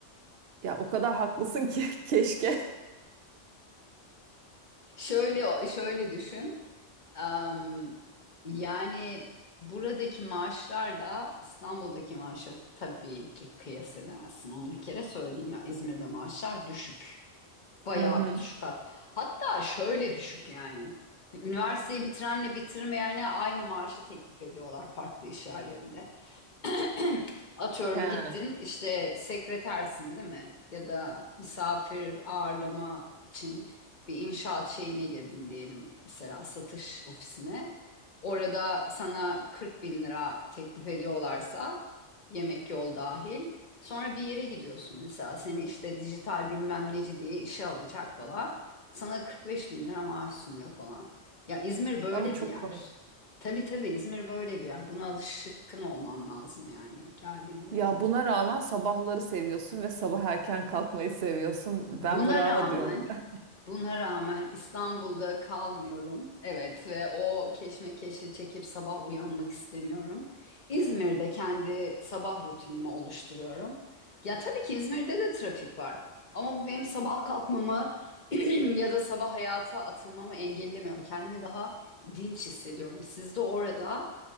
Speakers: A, on the right (about 65°); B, on the left (about 45°).
A: Ya o kadar haklısın ki <laughs> keşke.
B: Şöyle şöyle düşün. Am, yani buradaki maaşlarla İstanbul'daki maaşı tabii ki kıyas edemezsin. Onu bir kere söyleyeyim ya. İzmir'de maaşlar düşük. Bayağı
A: Hı hı.
B: bir düşük hat. Hatta şöyle düşük yani. Üniversiteyi bitirenle bitirmeyene aynı maaşı teklif ediyorlar farklı iş yerlerinde. <clears throat> Atıyorum
A: <laughs> He.
B: gittin işte sekretersin değil mi? Ya da misafir ağırlama için bir inşaat şeyine girdin diyelim mesela satış ofisine. Orada sana 40 bin lira teklif ediyorlarsa yemek yol dahil. Sonra bir yere gidiyorsun mesela seni işte dijital bilmem neci diye işe alacak falan. Sana 45 bin lira maaş sunuyor falan. Ya İzmir böyle
A: Aa, çok
B: bir yer.
A: komik.
B: Tabii tabii İzmir böyle bir yer. Buna alışkın olman lazım yani geldiğinde.
A: Ya buna rağmen sabahları seviyorsun ve sabah erken kalkmayı seviyorsun.
B: Buna
A: Ben bravo
B: rağmen,
A: diyorum ya.
B: buna rağmen İstanbul'da kalmıyorum. Evet ve o keşmekeşi çekip sabah uyanmak istemiyorum. İzmir'de kendi sabah rutinimi oluşturuyorum. Ya tabii ki İzmir'de de trafik var. Ama bu benim sabah kalkmamı <clears throat> ya da sabah hayata atılmamı engellemiyor. Kendimi daha dinç hissediyorum. Siz de orada